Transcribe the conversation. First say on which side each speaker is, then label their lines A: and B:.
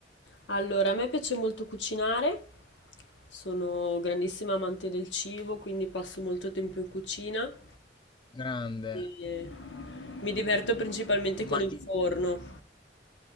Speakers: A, on the left (about 85°); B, on the left (about 25°).
A: Allora, a me piace molto cucinare. Sono grandissima amante del cibo, quindi passo molto tempo in cucina
B: Grande.
A: e mi diverto principalmente con
B: Ma
A: il
B: ti...
A: forno.